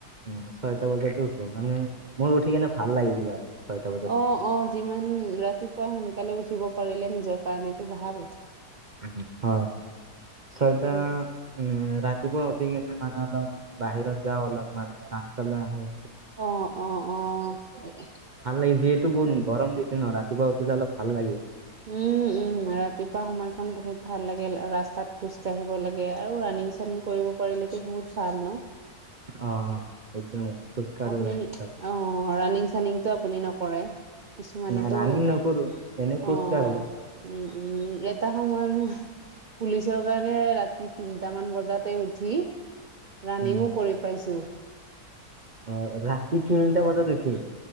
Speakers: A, on the right; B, on the right.
A: উম, ছয়টা বজাতে উঠো মানে, মোৰ উঠি কিনে ভাল লাগে কিবা এটা। ছয়টা বজাত
B: অ',
A: উঠি।
B: অ', যিমান ৰাতিপুৱা সোনকালে উঠিব পাৰিলে নিজৰ কাৰণেটো ভাল।
A: উম হয়, ছয়টা
B: উম
A: উম, ৰাতিপুৱা উঠি কিনে মানে অলপ বাহিৰত যাওঁ অলপ মানে ৰাস্তালৈ আহোঁ।
B: অ', অ', অ'।
A: ভাল লাগে যিহেতু বহুত গৰম দিছে ন' ৰাতিপুৱা উঠিলে অলপ ভাল লাগে।
B: উম, উম। উম ৰাতিপুৱা সময়কন বহুত ভাল লাগে, ৰাস্তাত খোজ কঢ়িব লাগে আৰু ৰানিং চানিং কৰিব পাৰিলেতো বহুত ভাল ন'?
A: অ'। সেইটোৱে খোজকাঢ়ো
B: আপুনি
A: ৰাস্তাত
B: অ', ৰাণিং চানিংটো আপুনি নকৰে? কিছুমানেতো
A: নাই ৰানিং
B: অ',
A: নকৰো এনে খোজকাঢ়ো।
B: উম উম এটা সময়ত পুলিচৰ কাৰণে ৰাতি তিনটামান বজাতে উঠি ৰানিংও
A: উম
B: কৰি পাইছো।
A: অ', ৰাতি তিনিটা বজাত উঠি?